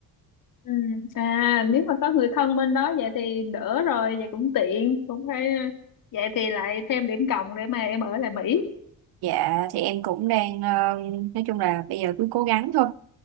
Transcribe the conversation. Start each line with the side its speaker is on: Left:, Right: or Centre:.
Left: Ừ. À nếu mà có người thân bên đó vậy thì đỡ rồi vậy cũng tiện cũng phải vậy thì lại thêm điểm cộng để mà em ở lại Mỹ
Right: Dạ thì em cũng đang ờ, nói chung là bây giờ cứ cố gắng thôi